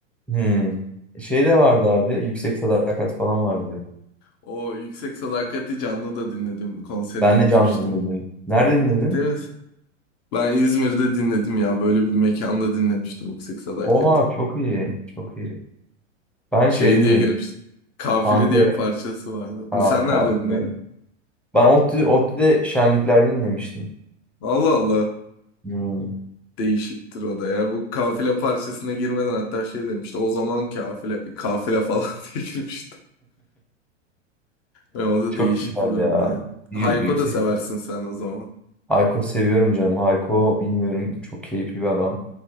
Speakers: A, in the centre; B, on the left.
A: hmm. E Şey de vardı abi. Yüksek Sadakat falan vardı.
B: O Yüksek Sadakati canlı da dinledim. Konserine
A: Ben
B: gitmiştim.
A: de canlı dinledim. Nerede dinledin?
B: Ciddi misin? Ben İzmir'de dinledim ya. Böyle bir mekanda dinlemiştim Yüksek Sadakati.
A: Oha çok iyi. Çok iyi. Ben
B: Şey
A: şeyde
B: diye
A: dinledim.
B: girmiştim. Kafile
A: Ankara.
B: diye bir parçası vardı.
A: Aa,
B: Sen
A: kahve.
B: nerede dinledin?
A: Ben ODTÜ, ODTÜ'de şenliklerde dinlemiştim.
B: Allah Allah.
A: Hmm,
B: Değişiktir o da ya. Bu kafile parçasına girmeden hatta şey demişti. O zaman kafile, bir kafile falan <laughs> diye girmişti. Ve o da
A: çok
B: değişik
A: güzel
B: bir grup
A: ya.
B: yani.
A: Y-
B: Hayko
A: yüksek.
B: da seversin sen o zaman.
A: Hayko seviyorum canım. Hayko bilmiyorum. Çok keyifli bir adam.